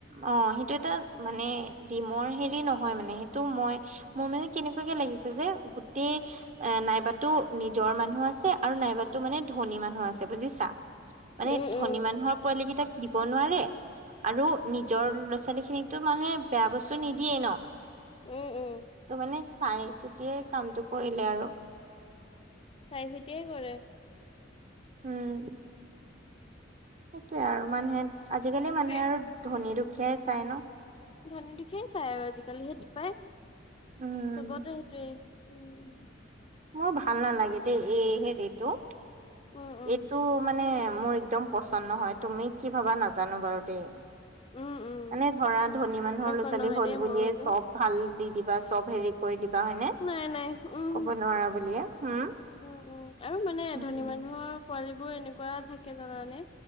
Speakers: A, on the right; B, on the left.
A: অ সেইটো এটা মানে দিমৰ হেৰি নহয় মানে সেইটো মই মোৰ মানে কেনেকুৱাকে লাগিছে যে গোটেই এ নাইবাতো নিজৰ মানুহ আছে আৰু নাইবাতো মানে ধনী মানুহ আছে বুজিছা
B: উম,
A: মানে ধনী
B: উম,
A: মানুহৰ পোৱালি কেইটাক দিব নোৱাৰে আৰু নিজৰ ল'ৰা ছোৱালী খিনিকতো মানুহে বেয়া বস্তু নিদিয়েই ন
B: উম উম
A: ত মানে চাই চিতিয়ে কামটো কৰিলে আৰু
B: চাই চিতিয়ে কৰে
A: উম সেইটোৱে আৰু মানুহে আজিকালি
B: সেইটোৱে।
A: মানুহে আৰু ধনী দুখীয়াই চাই ন
B: ধনী দুখীয়াই চাই আৰু আজিকালি সেইটো পাই
A: উম
B: চবতে সেইটোৱেই উম
A: মোৰ ভাল নালাগে দেই এই হেৰিটো
B: উম, উম,
A: এইটো মানে মোৰ একদম পচন্দ নহয় তুমি কি ভাবা নাজানো বাৰু দেই
B: উম, উম,
A: মানে ধৰা ধনী মানুহৰ
B: পচন্দ
A: ল'ৰা ছোৱালী
B: নহয়
A: হ'ল
B: দেই
A: বুলিয়ে
B: মোৰ সেইটো,
A: চব ভাল দি দিবা চব হেৰি কৰি দিবা হয়নে
B: নাই নাই, উম।
A: ক'ব নোৱাৰা বুলিয়ে হম
B: উম উম আৰু মানে
A: উম
B: ধনী মানুহৰ পোৱালীবোৰ এনেকুৱা থাকে জানানে